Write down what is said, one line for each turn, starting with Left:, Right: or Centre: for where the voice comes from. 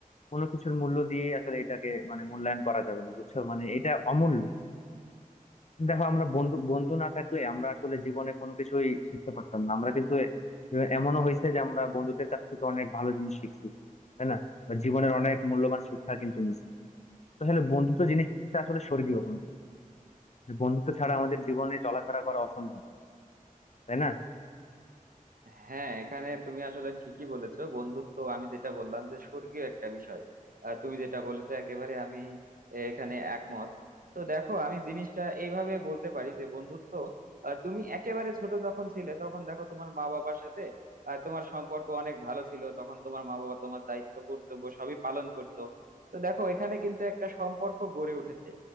Left: কোনো কিছুর মূল্য দিয়ে আসলে এটাকে মানে মূল্যায়ন করা যাবে না বুঝছো মানে এটা অমূল্য দেখো আমরা বন্ধু বন্ধু না থাকলে আমরা আসলে জীবনে কোনো কিছুই শিখতে পারতাম না আমরা কিন্তু এ- এমনও হয়েছে যে আমরা বন্ধুদের কাছ থেকে অনেক ভালো জিনিস শিখছি তাই না বা জীবনের অনেক মূল্যবান শিক্ষা কিন্তু নিয়েছি তো আসলে বন্ধুত্ব জিনিসটা আসলে স্বর্গীয় বন্ধু যে বন্ধুত্ব ছাড়া আমাদের জীবনে চলাফেরা করা অসম্ভব তাই না
Right: হ্যাঁ এখানে তুমি আসলে ঠিকই বলেছো বন্ধুত্ব আমি যেটা বললাম যে স্বর্গীয় একটা বিষয় আর তুমি যেটা বলেছো একেবারে আমি এখানে একমত তো দেখো আমি জিনিসটা এইভাবে বলতে পারি যে বন্ধুত্ব আহ, তুমি একেবারে ছোট যখন ছিলে তখন দেখো তোমার মা বাবার সাথে আহ, তোমার সম্পর্ক অনেক ভালো ছিল তখন তোমার মা বাবা তোমার দায়িত্ব কর্তব্য সবই পালন করতো তো দেখো এখানে কিন্তু একটা সম্পর্ক গড়ে উঠেছে